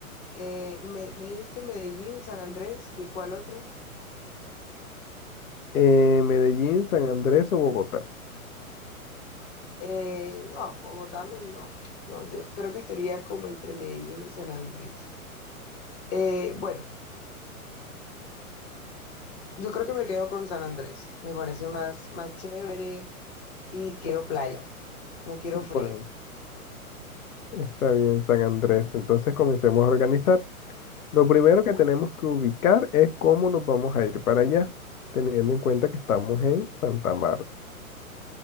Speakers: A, on the left; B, on the left.
A: Eh, me, me dijiste Medellín, San Andrés y cuál otro?
B: Eh, Medellín, San Andrés o Bogotá.
A: Eh, no, Bogotá, me- no. No, yo creo que estaría como entre Medellín y San Andrés. Eh, bueno, yo creo que me quedo con San Andrés. Me parece más, más chévere y quiero playa, no quiero frío.
B: Bueno, está bien, San Andrés. Entonces comencemos a organizar. Lo primero que
A: Bueno,
B: tenemos que ubicar es cómo nos vamos a ir para allá, teniendo en cuenta que estamos en Santa Marta.